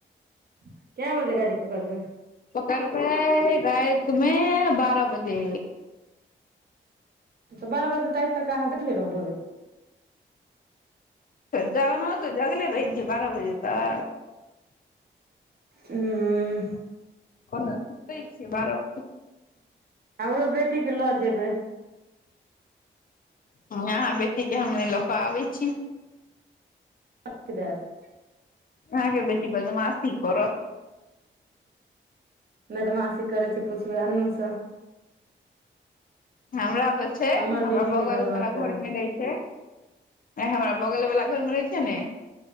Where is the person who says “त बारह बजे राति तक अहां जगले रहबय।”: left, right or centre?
Right